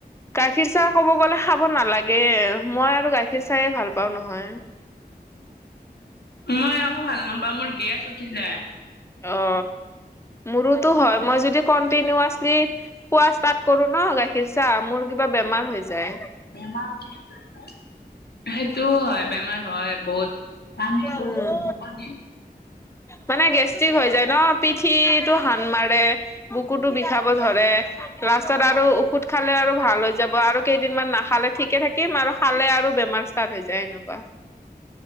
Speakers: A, on the left (about 15°); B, on the left (about 75°).
A: কাত- গাখীৰ চাহ ক'ব গ'লে খাব নালাগে মই আৰু গাখীৰ চাহয়ে ভাল পাওঁ নহয়।
B: মই আকৌ ভাল নাপাওঁ মোৰ গেছ উঠি যায়।
A: অ, মোৰোতো হয় মই যদি কন্টিনুৱাচলি- খোৱা ষ্টাৰ্ট কৰো ন গাখীৰ চাহ মোৰ কিবা বেমাৰ হৈ যায়।
B: সেইটোও হয় বেমাৰ হয় বহুত- পানী লৈ
A: উম
B: দিছে মোক পানী।
A: মানে গেষ্ট্ৰিক হৈ যায় ন। পিঠিটো হান মাৰে, বুকুটো বিষাব ধৰে। লাষ্টত আৰু ঔষধ খালে আৰু ভাল হৈ যাব আৰু কেইদিনমান নাখালে ঠিকে থাকিম আৰু খালে আৰু বেমাৰ- ষ্টাত হৈ যায় হেনকুৱা।